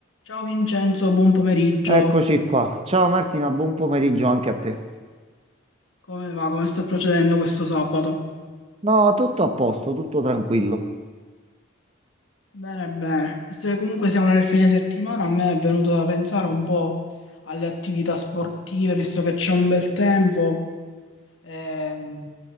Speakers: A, on the left (about 80°); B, on the right (about 30°).
A: Ciao Vincenzo, buon pomeriggio.
B: Eccoci qua. Ciao Martina, buon pomeriggio anche a te.
A: Come va? Come sta procedendo questo sabato?
B: No, tutto a posto, tutto tranquillo.
A: Bene, bene. Visto che comunque siamo nel fine settimana, a me è venuto da pensare un po' alle attività sportive, visto che c'è un bel tempo. Ehm,